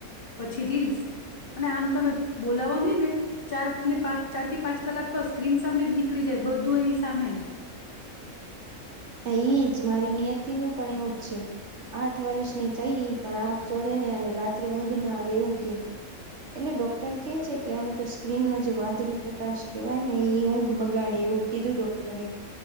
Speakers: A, on the left; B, on the right.
A: પછી રીલ્સ અને આમ તમે બોલાવવા નહી ને ચાર ને પાંચ ચાર થી પાંચ કલાક તો સ્ક્રીન સામે જ નીકળી જાય બધું એની સામે જ.
B: ઈ જ મારી નિયતિ નું પણ એવું જ છે આઠ વર્ષની થઈ એઈ પણ આગ ચડે ને અને રાત્રે ઊંઘ ના આવે એવું કે એટલે ડોક્ટર કે છે કે આમ તો સ્ક્રીન નો જે વાદળી પ્રકાશ કેવાય ને એ ઊંઘ બગાડે એવું કીધું ડોક્ટરે